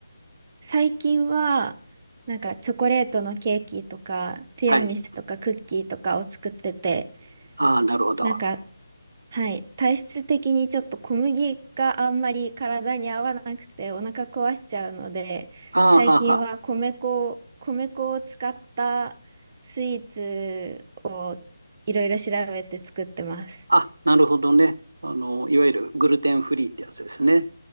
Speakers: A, on the right (about 35°); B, on the right (about 70°).
A: 最近はなんかチョコレートのケーキとか、ティラミスとかクッキーとかを作ってて、
B: はい。ああ、なるほど。
A: なんか
B: あ
A: はい。体質的にちょっと小麦があんまり体に合わなくてお腹壊しちゃうので、
B: あ、
A: 最近は米粉を、
B: はあは
A: 米粉を使ったスイーツをいろいろ調べて作ってます。
B: あ。あ、なるほどね。あの、いわゆるグルテンフリーってやつですね。